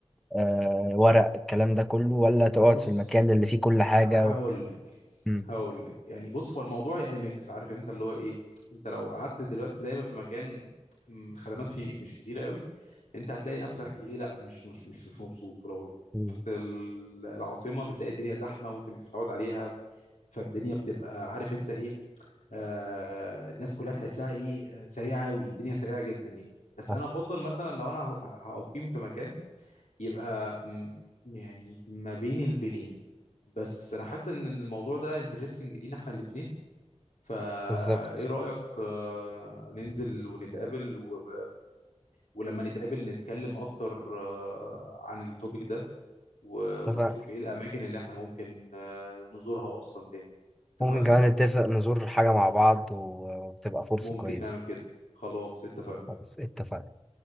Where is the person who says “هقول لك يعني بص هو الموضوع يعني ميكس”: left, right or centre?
Left